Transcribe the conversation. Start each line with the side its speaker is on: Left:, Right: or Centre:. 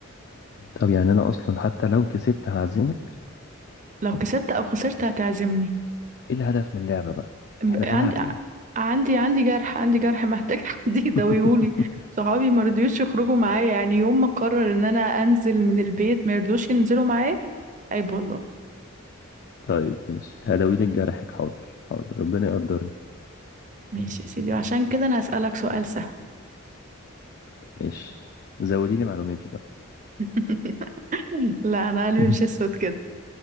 Left: طب يعني انا اصلا حتى لو كسبت هعزمك
Right: لو كسبت او خسرت هتعزمني
Left: ايه الهدف من اللعبة بقى
Right: ب-
Left: احنا
Right: عندي
Left: بنلعب ليه
Right: عندي عندي جرح عندي جرح محتاج <laughs> حد يداويهولي
Left: <laughs>
Right: صحابي ما رضيوش يخرجوا معايا يعني يوم ما قرر ان انا انزل من البيت ما يرضوش ينزلوا معايا عيب والله
Left: طيب ماشي هداوي لك جرحك حاضر حاضر ربنا يقدرني
Right: ماشي يا سيدي وعشان كده انا هسألك سؤال سهل
Left: ماشي زودي لي معلوماتي بقى
Right: <laughs> لا انا قلبي
Left: <laughs>
Right: مش اسود كده